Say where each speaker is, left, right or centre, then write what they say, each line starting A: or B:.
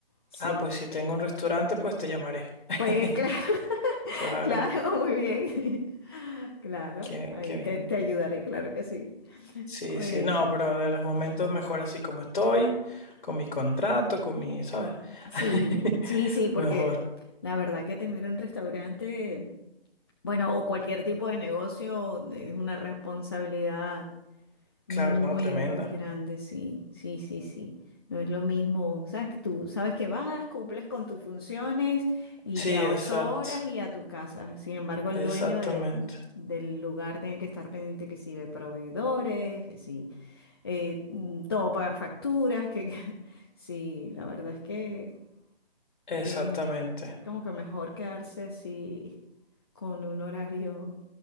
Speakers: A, on the left (about 25°); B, on the left (about 50°).
A: Sí.
B: Ah, pues si tengo un restaurante, pues te llamaré. <laughs>
A: Pues <laughs> claro,
B: Claro,
A: claro, muy bien. <laughs> Claro,
B: qué,
A: ahí
B: qué bien.
A: te, te ayudaré, claro que sí.
B: Sí,
A: Oye,
B: sí, no,
A: sí.
B: pero de los momentos mejor así como estoy, con mi contrato, con mi, ¿sabes?
A: Sí,
B: <laughs>
A: sí, sí, porque
B: Mejor.
A: la verdad que tener un restaurante. Bueno, o cualquier tipo de negocio es una responsabilidad muy,
B: Claro, no, tremenda.
A: muy grande, sí, sí, sí, sí. No es lo mismo, sabes que tú sabes que vas, cumples con tus funciones y
B: Sí,
A: ya
B: exacto.
A: ocho horas y a tu casa. Sin embargo, el
B: Exactamente,
A: dueño de- del lugar tiene que estar pendiente que sí de proveedores, que sí, eh, mm, todo pagar facturas, que, que- <laughs> sí, la verdad es que
B: exactamente.
A: eh, como que mejor quedarse así con un horario